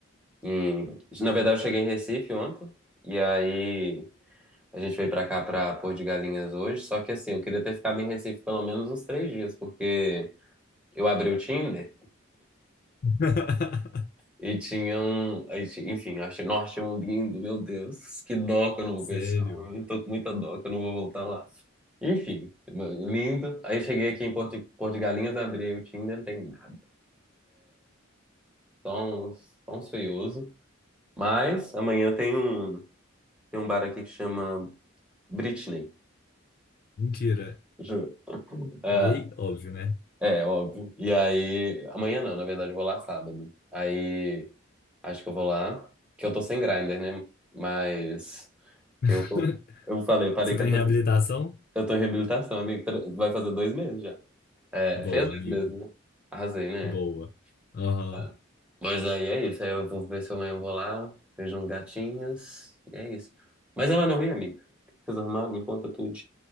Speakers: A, in the centre; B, on the left (about 45°).
A: em- Na verdade, eu cheguei em Recife ontem. E aí a gente veio pra cá pra Porto de Galinhas hoje. Só que assim, eu queria ter ficado em Recife pelo menos uns três dias, porque eu abri o Tinder.
B: <laughs>
A: E tinha um. aí ti- Enfim, achei, nós tínhamos um lindo, meu Deus, que dó que eu não vou
B: Sério.
A: ver esse homem. Eu tô com muita dó que eu não vou voltar lá. Enfim, lindo. Aí cheguei aqui em Porto, Porto de Galinhas, abri o Tinder, não tem nada. só uns- só uns feioso. Mas amanhã tem um, tem um bar aqui que chama Britney,
B: Mentira.
A: juro. É,
B: Gay? Óbvio, né?
A: é, óbvio. E aí. Amanhã não, na verdade eu vou lá sábado. Aí. Acho que eu vou lá. Que eu tô sem grinder, né? Mas.
B: <laughs>
A: Eu, eu falei, parei
B: Você
A: com
B: tá
A: essa.
B: em reabilitação?
A: Eu tô em reabilitação, amigo. Tre- Vai fazer dois meses já. É,
B: Boa,
A: fez dois
B: amigo.
A: meses, né? Arrasei, né?
B: Boa. Aham.
A: Tá. Mas aí é isso. Aí eu vou ver se amanhã eu vou lá, vejo uns gatinhos. E é isso. Mas ela não ri, amigo. Vocês arrumaram? Me conta tudo.